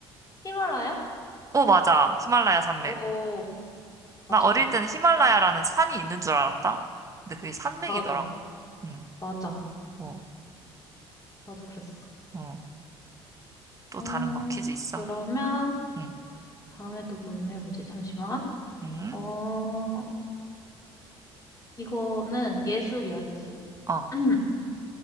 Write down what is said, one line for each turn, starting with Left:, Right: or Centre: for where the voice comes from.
Left: 히말라야?
Right: 오, 맞아. 히말라야 산맥.
Left: 어, 맞췄다.
Right: 나 어릴 때는 히말라야라는 산이 있는 줄 알았다. 근데 그게 산맥이더라고.
Left: 나도,
Right: 응,
Left: 맞아.
Right: 어,
Left: 나도 그랬어.
Right: 어. 또
Left: 어,
Right: 다른 거 퀴즈 있어.
Left: 그러면
Right: 응,
Left: 다음에 또 뭘 내보지? 잠시만.
Right: 응.
Left: 어, 이거는 예술이야, 예술.
Right: 어,
Left: <clears throat>